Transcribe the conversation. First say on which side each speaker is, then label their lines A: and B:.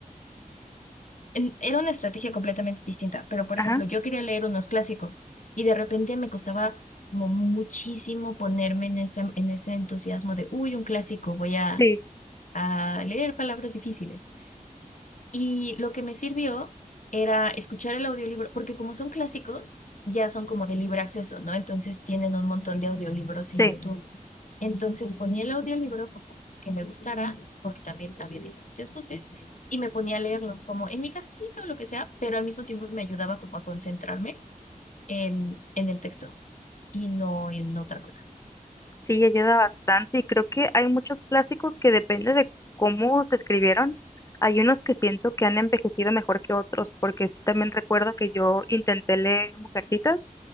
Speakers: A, on the left; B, on the left.
A: en- Era una estrategia completamente distinta, pero por
B: ajá,
A: ejemplo, yo quería leer unos clásicos y de repente me costaba como muchísimo ponerme en ese, en ese entusiasmo de, uy, un clásico, voy a,
B: sí,
A: a leer palabras difíciles. Y lo que me sirvió era escuchar el audiolibro, porque como son clásicos, ya son como de libre acceso, ¿no? Entonces tienen un montón de audiolibros en
B: sí,
A: YouTube. Entonces ponía el audiolibro como que me gustara, porque también había diferentes voces, y me ponía a leerlo como en mi casita o lo que sea, pero al mismo tiempo me ayudaba como a concentrarme en, en el texto y no en otra cosa.
B: sí, ayuda bastante y creo que hay muchos clásicos que depende de cómo se escribieron. Hay unos que siento que han envejecido mejor que otros, porque sí también recuerdo que yo intenté leer Mujercitas